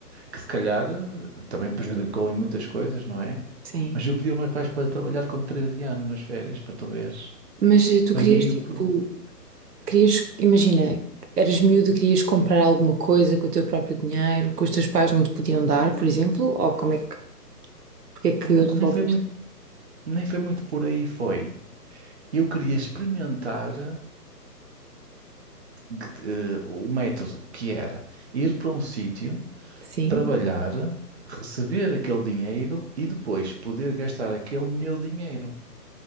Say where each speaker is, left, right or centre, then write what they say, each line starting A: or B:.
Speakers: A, on the right; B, on the right.
A: que se calhar eh, também prejudicou em muitas coisas, não é?
B: sim.
A: Mas eu pedi aos meus pais para trabalhar com 13 anos nas férias, para tu veres.
B: Mas eh, tu
A: Foi
B: querias,
A: aí
B: tipo,
A: o... pro-
B: querias, imagina, eras miúdo, querias comprar alguma coisa com o teu próprio dinheiro, que os teus pais não te podiam dar, por exemplo? Ou como é que, porque é que
A: N-
B: resolveste?
A: Nem foi muito, nem foi muito por aí, foi. Eu queria experimentar eh, g- eh, o método que era ir para um sítio,
B: Sim.
A: trabalhar, receber aquele dinheiro e depois poder gastar aquele meu dinheiro.